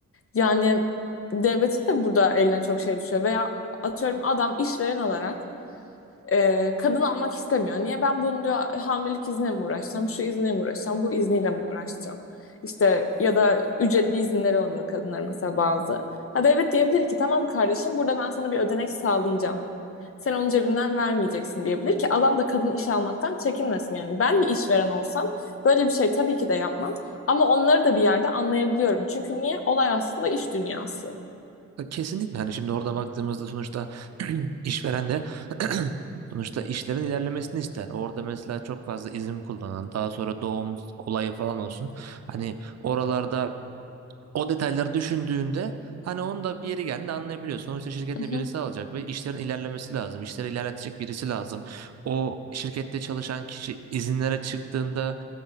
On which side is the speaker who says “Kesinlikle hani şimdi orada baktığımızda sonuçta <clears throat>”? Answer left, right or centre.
Right